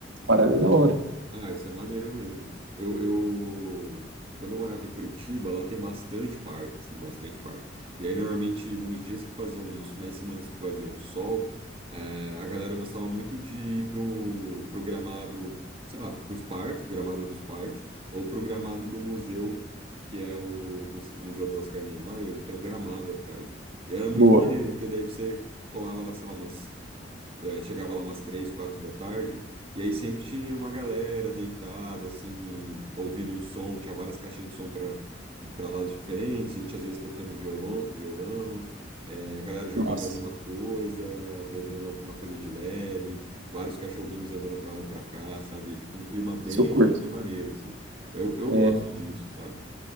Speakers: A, on the right; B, on the right.
A: Parada é da hora.
B: Ah, isso é maneiro mesmo. Eu, eu, quando eu morava em Curitiba, lá tem bastante parque, assim, bastante parque. E aí, normalmente, nos dias que faziam, nos finais de semana que faziam sol, eh, a galera gostava muito de ir pro, pro gramado, sei lá, pros parques, gramado dos parques, ou pro gramado do museu, que é o, muse- o Museu do Oscar Niemeyer, ele tem um gramado atrás. E era muito
A: Boa.
B: maneiro, porque daí você colava lá, sei lá, umas eh, chegava lá umas três, quatro da tarde, e aí sempre tinha uma galera deitada, assim, ouvindo um som, tinha várias caixinhas de som para para lados diferentes, gente às vezes tocando violão, violão, eh, a galera jogando
A: Nossa,
B: alguma coisa, bebendo alguma coisa de leve, vários cachorrinhos andando para lá e para cá, sabe? Tipo, um clima bem,
A: isso eu curto.
B: bem maneiro, assim. Eu, eu
A: É,
B: gosto disso, sabe?